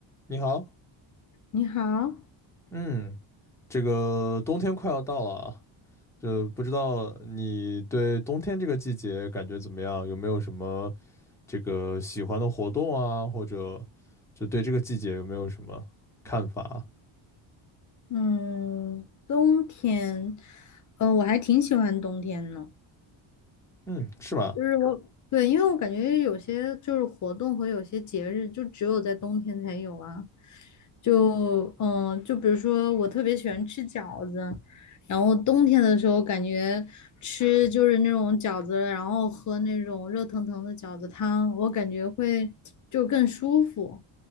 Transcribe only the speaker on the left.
你好，
嗯，冬天，嗯，我还挺喜欢冬天呢。
就是我，对，因为我感觉有些就是活动和有些节日就只有在冬天才有啊。就，嗯，就比如说我特别喜欢吃饺子，然后冬天的时候感觉吃就是那种饺子，然后喝那种热腾腾的饺子汤，我感觉会就更舒服。